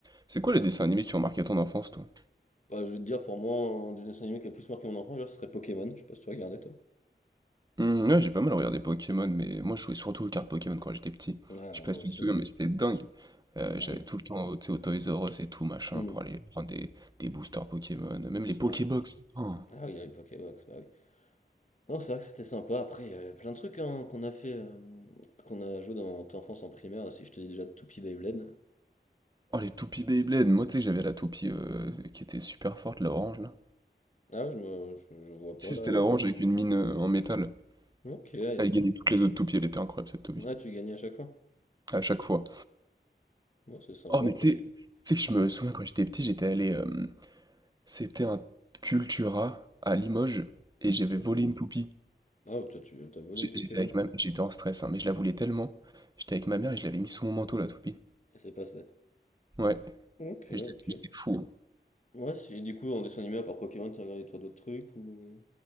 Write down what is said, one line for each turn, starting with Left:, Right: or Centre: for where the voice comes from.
Right: C'est quoi les dessins animés qui ont marqué ton enfance, toi?
Left: Bah, je vais te dire, pour moi, un des dessins animés qui a le plus marqué mon enfant, déjà, ce serait Pokémon. Je sais pas si tu regardais, toi.
Right: Mmh, ouais, j'ai pas mal regardé Pokémon, mais moi je jouais surtout aux cartes Pokémon quand j'étais petit.
Left: Ah,
Right: Je sais
Left: moi
Right: pas si tu
Left: aussi.
Right: te souviens,
Left: hein.
Right: mais c'était dingue. Euh,
Left: Ah,
Right: j'allais
Left: oui.
Right: tout le temps au, tu sais, au Toys R Us et tout, machin,
Left: Hmm.
Right: pour aller prendre des, des boosters Pokémon, même les Pokébox.
Left: Ouais.
Right: Oh,
Left: Ah oui, il y a les Pokébox, bah oui. Non, c'est vrai que c'était sympa. Après, il y a plein de trucs hein, qu'on a fait, euh, qu'on a joué dans ton enfance en primaire. Si je te dis déjà Toupie Beyblade.
Right: Oh, les toupies Beyblade. Moi, tu sais, j'avais la toupie euh, qui était super forte, la orange, là.
Left: Ah, ouais, je me, je, je vois pas
Right: Si,
Left: là.
Right: c'était la orange avec une mine euh, en métal.
Left: Ok, ouais,
Right: Elle
Left: c'est-
Right: gagnait toutes les autres toupies, elle était incroyable, cette toupie.
Left: ah, tu gagnais à chaque fois.
Right: À chaque fois.
Left: Moi, c'est sympa,
Right: Oh, mais
Left: après,
Right: tu
Left: c'est-
Right: sais, tu sais que je
Left: dis-moi.
Right: me souviens quand j'étais petit, j'étais allé, euh, C'était un Cultura à Limoges et
Left: Ok.
Right: j'avais volé une toupie.
Left: Ah, toi, tu t'as volé
Right: J'ai-
Left: une Toupie
Right: J'étais
Left: animée.
Right: avec ma... J'étais en stress, hein, mais je la voulais tellement. J'étais avec ma mère et je l'avais mis sous mon manteau, la toupie.
Left: Et c'est passé.
Right: Ouais,
Left: Ok,
Right: j'étais
Left: ok.
Right: j'étais fou.
Left: Ouais, si, du coup, en dessin animé, à part Pokémon, tu regardé toi d'autres trucs ou.